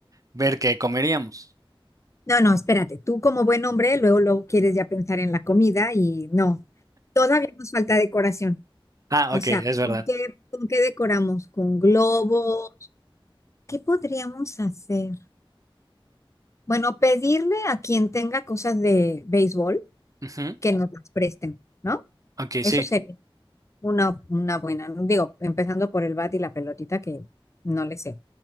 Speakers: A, on the right; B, on the left.
A: ver qué comeríamos.
B: No, no, espérate, tú como buen hombre, luego, luego quieres ya pensar en la comida y no, todavía nos falta decoración.
A: Ah,
B: O
A: ok,
B: sea,
A: es verdad.
B: ¿con qué, con qué decoramos? ¿Con globos? ¿Qué podríamos hacer? Bueno, pedirle a quien tenga cosas de béisbol
A: Ujú.
B: que nos las presten, ¿no?
A: Ok,
B: Eso
A: sí,
B: sería una, una buena, ¿no? digo, empezando por el bat y la pelotita que no le sé.